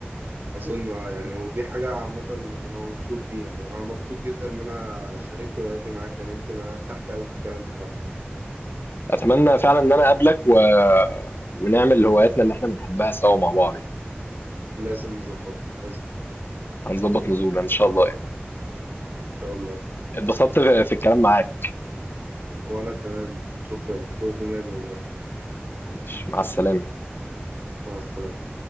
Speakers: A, on the right; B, on the left.
A: اظن آه، يعني ودي حاجه عامه انا مبسوط بيها يعني انا مبسوط جدا ان انا شاركت هواياتي معاك يعني يمكن انا ارتحت قوي في الكلام صراحه
B: اتمنى فعلا ان انا اقابلك و... ونعمل هواياتنا اللي احنا بنحبها سوا مع بعض يعني
A: لازم نظبط لازم
B: هنظبط نزولنا ان شاء الله يعني
A: ان شاء الله
B: اتبسطت في في الكلام معاك
A: وانا كمان شكرا فوق دماغي والله
B: مش مع السلامة
A: مع السلامه